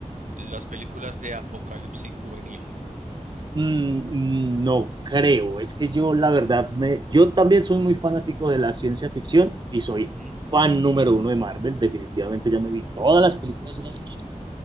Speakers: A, on the right (about 75°); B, on the right (about 35°).
A: las películas de apocalipsis juvenil.
B: Mm, mm, No creo, es que yo la verdad me, yo también soy muy fanático de la ciencia ficción y soy
A: Ujú.
B: fan número uno de Marvel, definitivamente ya me vi todas las películas y las series.